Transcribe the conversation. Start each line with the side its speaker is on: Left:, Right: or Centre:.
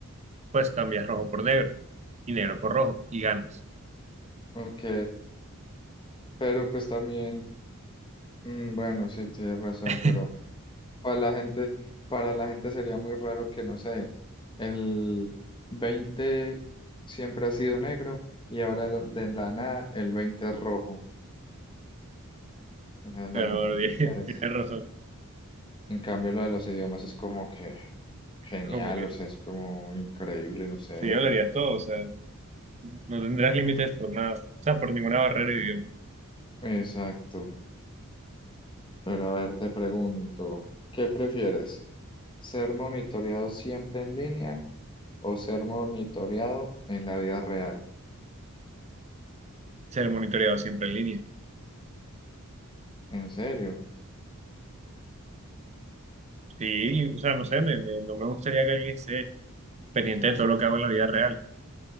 Right: pues cambias rojo por negro y negro por rojo y ganas.
Left: Ok. Pero pues también. mm, bueno, sí, tienes razón,
Right: <laughs>
Left: pero. Para la gente, para la gente sería muy raro que, no sé, el 20 siempre ha sido negro y ahora lo- de la nada el 20 es rojo. Eh, la-
Right: Pero bueno, tie-
Left: pues,
Right: tienes razón.
Left: en cambio, lo de los idiomas es como que genial,
Right: Como que
Left: o sea, es como increíble, no sé.
Right: sí hablarías todo, o sea, no tendrás límites por nada, o sea, por ninguna barrera de idioma.
Left: Exacto. Pero a ver, te pregunto, ¿qué prefieres? ¿Ser monitoreado siempre en línea o ser monitoreado en la vida real?
Right: Ser monitoreado siempre en línea.
Left: ¿En serio?
Right: Sí, o sea, no sé, me, me- no me gustaría que alguien esté pendiente de todo lo que hago en la vida real.